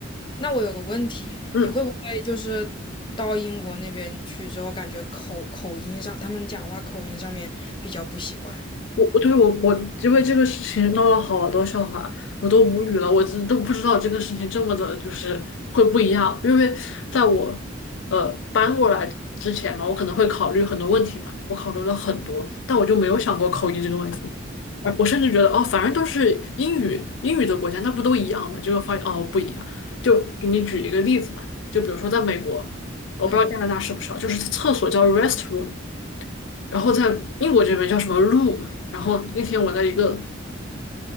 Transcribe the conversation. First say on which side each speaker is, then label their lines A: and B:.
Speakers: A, on the left; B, on the left.
A: 那我有个问题，
B: 嗯，
A: 你会不会就是到英国那边去之后，感觉口口音上，他们讲话口音上面比较不习惯？
B: 我我对我我因为这个事情闹了好多笑话，我都无语了，我真都不知道这个事情这么的，就是会不一样。因为在我呃搬过来之前嘛，我可能会考虑很多问题嘛，我考虑了很多，但我就没有想过口音这个问题。而我甚至觉得哦，反正都是英语英语的国家，那不都一样吗？结果发现哦不一样。就给你举一个例子吧，就比如说在美国，我不知道加拿大是不是啊，
A: 嗯，
B: 就是厕所叫 restroom。然后在英国这边叫什么 room，然后那天我在一个